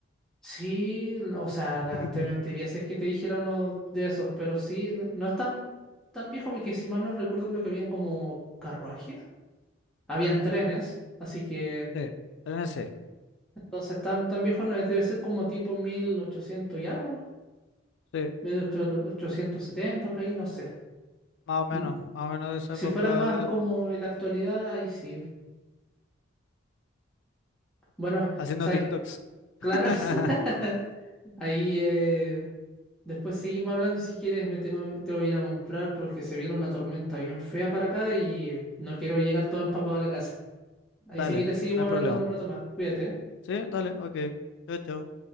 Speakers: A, in the centre; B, on the left (about 65°).
A: Sí, o sea,
B: <laughs>
A: la- te mentiría si es que te dijera uno de esos, pero sí, no, no es tan, tan viejo porque si mal no recuerdo creo que habían como carruajes, habían trenes, así que
B: Sí, tenés, ese
A: entonces tan, tan viejo no es, debe ser como tipo 1800 y algo,
B: Sí,
A: mil ochocientos setenta por ahí, no sé.
B: más o menos,
A: Mm,
B: más o menos de esa
A: Si
B: época.
A: fuera más como en la actualidad, ahí sí. Bueno,
B: haciendo
A: sabes,
B: TikToks.
A: claro,
B: <laughs>
A: <laughs> Ahí eh, después seguimos hablando si quieres, me tengo, tengo que ir a comprar porque se viene una tormenta bien fea para acá y no quiero llegar todo empapado a la casa. Ahí
B: Dale,
A: si quieres
B: no
A: seguimos
B: hay
A: hablando
B: problema.
A: en un rato más. Cuídate, ¿eh?
B: Sí, dale, ok. Chao, chao.